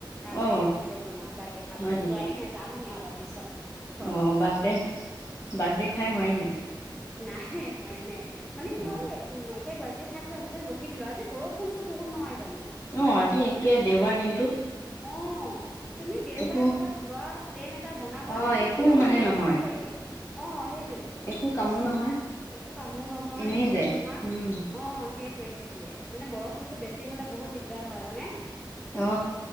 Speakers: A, in the centre; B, on the left.
A: তালৈ
B: অ
A: আহিছিলো তোমাৰ বাৰ্থডে খাবলৈ
B: হয় নেকি
A: যোৱাই নাই যামহে অলপ পিছত ঘৰলৈ
B: অ' বাৰ্থডে বাৰ্থডে। খাই হোৱাই নাই।
A: নাই হোৱাই নাই। মানে কি
B: অ
A: হল এ ম একে বাৰ্থে খাই পেলাই অলপ টাইম ৰখি দিলো আজি বৰষুণটো বহুত নহয় জানো।
B: অ' আজি একে দেওবাৰ দিন
A: অ' তুমি দেওবাৰে
B: একো
A: কৰ'বাত যোৱা প্লেন এটা বনাবা
B: অ
A: তোমাৰ
B: একো
A: বৰষুণটোৱে
B: মানে নহয়
A: শেষ কৰি দিয়ে। অ' সেইটোয়ে
B: একো কামো নহয়
A: একো কামো নহয়
B: এনেই যায়
A: তোমাৰ
B: উম
A: অ' সেই সেইটোয়ে সেইটোয়ে মানে বৰষুণ তো বেছি হ'লে বহুত দিগদাৰ হয় হয়নে?
B: অ।